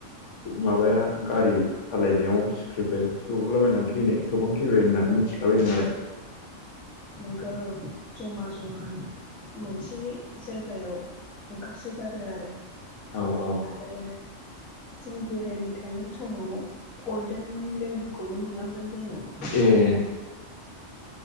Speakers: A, on the left; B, in the centre.
A: माबाया गारि सालायनायाव सिख्रिफोर सौग्रावला बायनानै थैनाय। गोबां थैबाय होननानै
B: औ
A: मिथिलाबायदों आरो।
B: औ नोंगौ जमा जमा मोनसे जायगायाव ओंखारसोगारो आरो।
A: औ औ
B: आरो जों बेरायनो थांनाय समाव गल्डेन लेंगुरखौबो नुलांदों जोङो।
A: एह